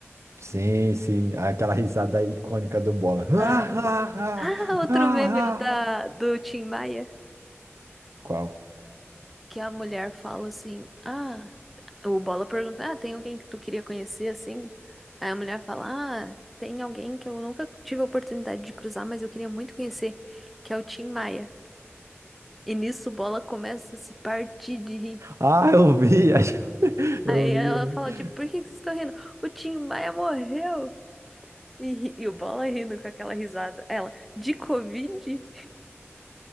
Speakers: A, on the right; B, in the centre.
A: Sim, sim, aquela risada icônica do Bola. Ah,
B: Aham. Ah,
A: ah,
B: outro
A: ah, ah,
B: meme é o da,
A: ah.
B: do Tim Maia,
A: Qual?
B: que a mulher fala assim, ah, o Bola pergunta, ah, tem alguém que tu queria conhecer, assim? Aí a mulher fala, ah, tem alguém que eu nunca tive a oportunidade de cruzar, mas eu queria muito conhecer, que é o Tim Maia. E nisso o Bola começa a se partir de rir.
A: Ah, eu vi, <laughs> acho- eu
B: Aí
A: vi,
B: ela
A: eu
B: fala,
A: vi.
B: tipo, por que que vocês estão rindo? O Tim Maia morreu! E, ri- e o Bola rindo com aquela risada. Ela, de Covid?